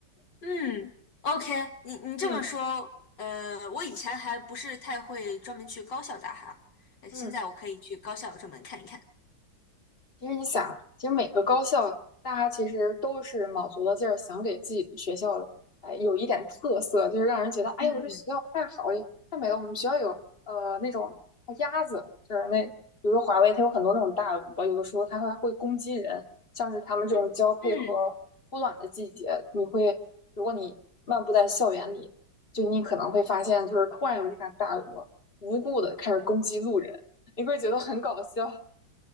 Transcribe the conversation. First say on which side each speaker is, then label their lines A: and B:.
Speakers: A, on the left (about 65°); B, on the left (about 30°).
A: 嗯，OK，你你这么说，
B: 嗯。
A: 呃，我以前还不是太会专门去高校打哈，呃现在我可以去高校专门看一看。
B: 嗯。其实你想，其实每个高校大家其实都是卯足了劲儿，想给自己的学校哎有一点特色，就是让人觉得哎，
A: 嗯
B: 我这学校太好了太美了。我们学校有呃那种呃鸭子，就是那比如说华为，它有很多那种大鹅，有的时候它还会攻击人。像是它们这种交配和孵卵的季节，
A: 嗯嗯
B: 你会如果你漫步在校园里，就你可能会发现，就是突然有一只大鹅无故的开始攻击路人，你会觉得很搞笑。